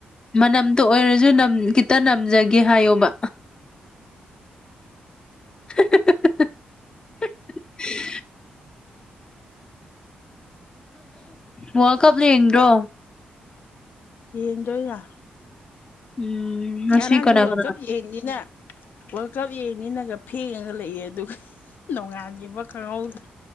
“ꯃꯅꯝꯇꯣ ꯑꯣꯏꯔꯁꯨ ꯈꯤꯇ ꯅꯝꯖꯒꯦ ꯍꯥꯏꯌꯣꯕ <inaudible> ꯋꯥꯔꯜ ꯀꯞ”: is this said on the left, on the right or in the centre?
Left